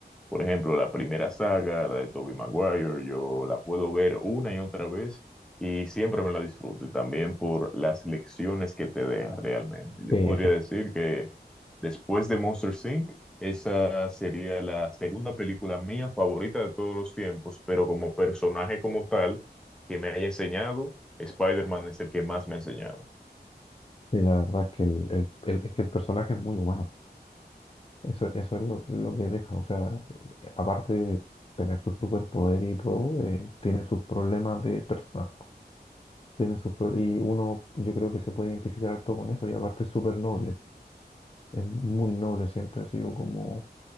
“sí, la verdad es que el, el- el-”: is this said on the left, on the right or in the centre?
Left